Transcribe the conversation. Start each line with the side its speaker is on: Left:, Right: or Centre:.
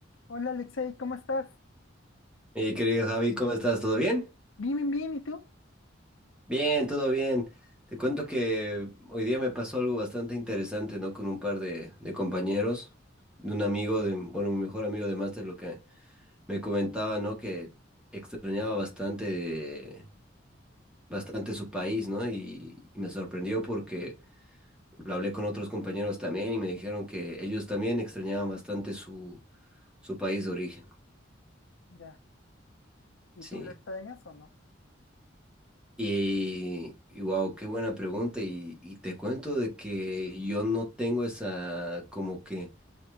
Left: Hola Alexei, ¿cómo estás?
Centre: Mi querido Javi, ¿cómo estás? ¿Todo bien?
Left: Bien, bien, bien, ¿y tú?
Centre: Bien, todo bien. Te cuento que hoy día me pasó algo bastante interesante, ¿no? Con un par de, de compañeros, de un amigo, de, bueno, mi mejor amigo de máster, lo que me comentaba, ¿no? Que extrañaba bastante, bastante su país, ¿no? Y, y me sorprendió porque lo hablé con otros compañeros también y me dijeron que ellos también extrañaban bastante su, su país de origen.
Left: Ya. ¿Y
Centre: Sí.
Left: tú lo extrañas o no?
Centre: Y, y wow, qué buena pregunta. Y, y te cuento de que yo no tengo esa, como que